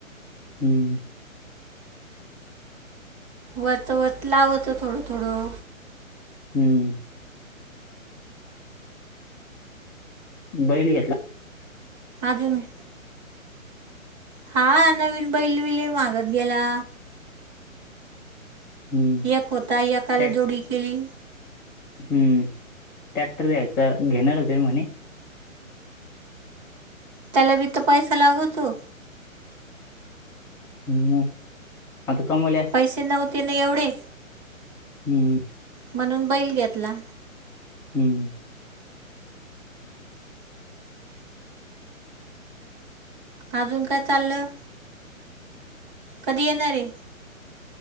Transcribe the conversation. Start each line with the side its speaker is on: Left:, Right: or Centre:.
Centre: हम्म
Right: वतवत लावतो थोडं थोडं.
Centre: हम्म बैली घेतला.
Right: अजून. हा नवीन बैल विले मागत गेला.
Centre: हम्म
Right: एक होता याकाल
Centre: टॅक
Right: जोडी केली.
Centre: हम्म टॅक्टर दयचा घेणार होते म्हणे
Right: त्याला बी त पैसा लागवतो.
Centre: हम्म अध का मु.
Right: पैसे नव्हते ना एवढे.
Centre: हम
Right: म्हणून बैल घेतला.
Centre: हम्म
Right: अजून काय चाललं. कधी येणारे.